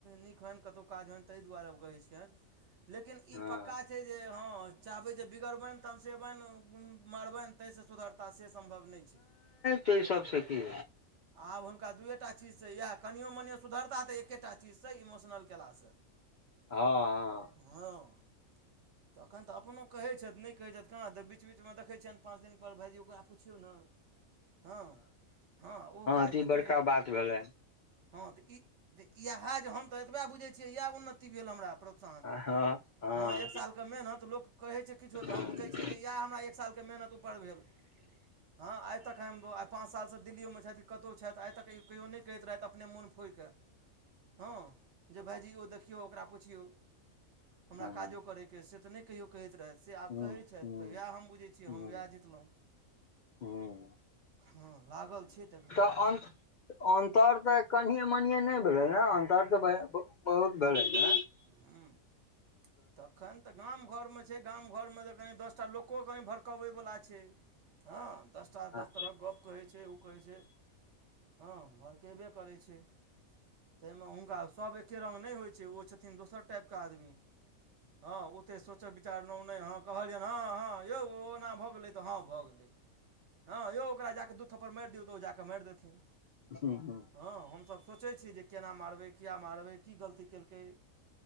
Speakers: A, on the right; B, on the left.
A: नीक होइन कतहु काज होइन ताहि दुआरे कहै छियनि <inaudible> लेकिन ई
B: हँ
A: पक्का छै जे हँ चाहबै जे बिगड़बनि, तमसेबनि, मारबनि तइ स सुधरता से सम्भव नहि छै।
B: ताहि सबस की हेतइ?
A: आब हुनका दूएटा चीजस यए कनियो मनियो सुधरता तऽ एके टा चीजसँ इमोशनल केला स। <inaudible>
B: हो हां
A: <unintelligible> तखनि तऽ अपनो कहैत छथि नहि कहैत छथि कहाँ तऽ बीच बीचमे देखै छियैनि पाँच दिनपर भायजी ओकरा पुछियौ ने हँ हँ ओ काज
B: तऽ ई
A: हेतै,
B: बड़का बात भेलै
A: हँ तऽ ई त येहे जे हम त एतबे बुझई छियई यैह उन्नति भेल हमरा प्रोत्साहन
B: हँ हँ हँ
A: हं एक साल के मेहनत लोक कहै छै किछो
B: हँ
A: तऽ हम तऽ कहै छियै जे इएह हमरा एक सालके मेहनत उपर भेल। हँ आइ तक आय हम बउवा आइ पाँच सालसँ दिल्लीओमे छथि कि कतहु छथि आइ तक कहियो नहि कहैत रहथि अपने मोन होइ के हँ। जे भायजी यौ देखियौ ओकरा पुछियौ हमरा
B: हँ
A: काजो करैके अय से तऽ नहि कहियो कहैत रहथि से आब
B: हँ
A: कहैत छथि
B: हँ
A: तऽ यैह हम बुझैत छियै
B: हँ
A: हम उएह जितलहुँ।
B: हँ
A: हँ लागल छै तक
B: अन अन्तर तऽ कनिए मनिए नहि भेलै ने, अन्तर तऽ बे बहुत भेलै ने।
A: ह्म्म तखन तऽ गाम घरमे छै, गाम घरमे तऽ कनि दसटा लोको कनि भर क बै बला छै, हा दस टा
B: हँ
A: दस तरहक गप्प कहै छै, ओ कहै छै, हँ भरकेबे करै छै। ताहिमे हुनका सभ एके रङ्ग नहि होइ छै, ओ छथिन दोसर टाइपके आदमी। हँ ओतेक सोचय विचारलहुँ नहि हँ, कहलियनि हँ हँ यौ ओना भऽ गेलै तऽ हँ भऽ गेलै। हँ यौ ओकरा जा कऽ दू थप्पर मारि दियौ, तऽ ओ जा कऽ मारि देथिन।
B: हूं हूं
A: हँ हमसभ सोचै छी, जे केना मारबै, किया मारबै की गलती केलकै?